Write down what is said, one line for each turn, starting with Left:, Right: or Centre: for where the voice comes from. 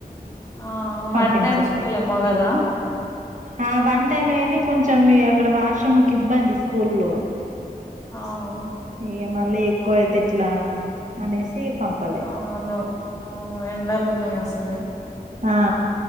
Left: ఆ
Right: పంపించలే
Left: వన్ టైమ్ స్కూల్ ఏమో కదా
Right: ఆ వన్ టైమ్ కని కొంచెం ఇగ అక్కడ వాష్రూమ్ కి ఇబ్బంది స్కూల్లో
Left: అవు
Right: ఇగ మళ్ళీ ఎక్కువయితే ఎట్లా అనేసి పంపలే
Left: అవునవును అవును ఎండలు ఉన్నాయి అసలే
Right: ఆ